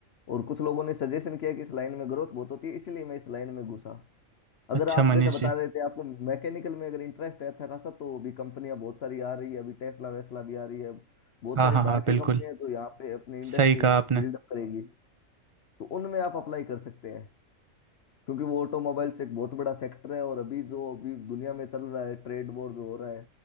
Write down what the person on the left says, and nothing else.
और कुछ लोगों ने सजेशन किया कि इस लाइन में ग्रोथ बहुत होती है इसलिए मैं इस लाइन में घुसा अगर
आप
जैसे बता
रहे थे आपको मैकेनिकल में अगर इंटरेस्ट है अच्छा खासा तो अभी कंपनियां बहुत सारी आ रही है अभी टेस्ला वेस्ला भी आ रही है बहुत
सारी
बाहर
की कंपनियां हैं, तो यहाँ पे अपनी इंडस्ट्री
बिल्डअप करेगी तो उनमें आप अप्लाई कर सकते हैं क्योंकि वो ऑटोमोबाइल्स एक बहुत बड़ा सेक्टर है और अभी जो अभी दुनिया में चल रहा है ट्रेड वॉर जो हो रहा है